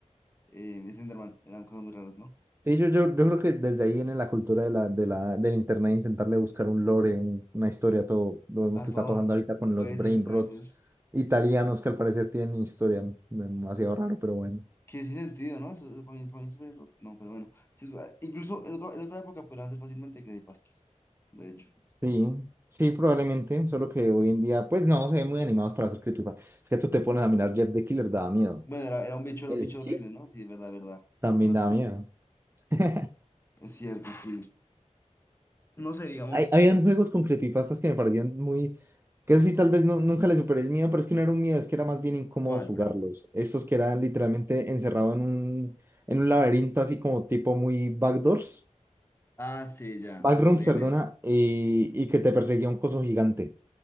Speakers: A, on the left (about 20°); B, on the right (about 20°).
A: eh, Slenderman, eran cosas muy raras, ¿no?
B: Sí, yo, yo, yo creo que desde ahí viene la cultura de la, de la, del internet, intentarle buscar un lore, un- una historia, todo. Lo vemos
A: A
B: que
A: todo,
B: está pasando ahorita con los
A: puede
B: brain
A: ser, puede
B: rots
A: ser.
B: italianos que al parecer tienen historia. Demasiado raro, pero bueno.
A: Que sin sentido, ¿no? Eso- eso para mí, para mí es súper raro. no, pero bueno. Sí, ah, incluso en, otro- en otra época podían ser fácilmente creepypastas, de hecho.
B: Sí, sí, probablemente, solo que hoy en día, pues no, se ven muy animados para hacer creepypastas. Es que tú te pones a mirar Jeff the Killer, daba miedo.
A: Bueno, era, era un bicho, era
B: El
A: un bicho horrible, ¿no? Sí, es verdad, es verdad,
B: <laughs>
A: tienes
B: también
A: toda
B: daba
A: razón,
B: miedo. <laughs>
A: es cierto, sí. No sé, digamos,
B: Hay, habían juegos con creepypastas que me parecían muy... Que eso sí, tal vez no- nunca le superé el miedo, pero es que no era un miedo, es que era más bien incómodo
A: ¿cuál,
B: jugarlos.
A: por ejemplo?
B: Estos que eran literalmente encerrado en un, en un laberinto así como tipo muy backdoors,
A: Ah, sí, ya,
B: backrooms,
A: fue horrible.
B: perdona, y, y que te perseguía un coso gigante.